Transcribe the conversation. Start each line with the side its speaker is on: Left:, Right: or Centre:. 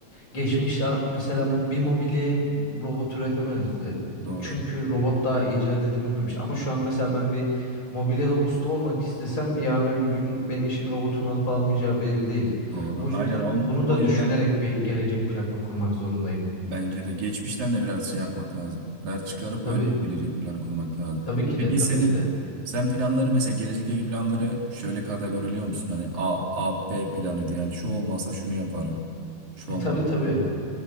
Left: geçmişte mesela bir mobilyayı robot üretemezdi.
Right: Doğru.
Left: Çünkü robot daha icat edilmemişti. Ama şu an mesela ben bir mobilyada usta olmak istesem yarın öbür gün benim işimi robotun alıp almayacağı belli değil.
Right: Doğru.
Left: Bu
Right: Aynen
Left: yüzden
Right: on,
Left: bunu
Right: o
Left: da
Right: yüzden
Left: düşünerek bir gelecek planı kurmak zorundayım.
Right: bence de geçmişten de biraz şey yapmak lazım. Ders çıkarıp
Left: Tabii,
Right: öyle bir gelecek planı kurmak lazım.
Left: tabii ki
Right: Peki
Left: de, tabii
Right: senin
Left: ki de.
Right: sen planları mesela gelecekle ilgili planları şöyle kategoriliyor musun? Hani A, A, B planı diye. Yani şu olmazsa şunu yaparım. Şu
Left: E
Right: olmazsa
Left: tabii tabii.
Right: şunu yaparım.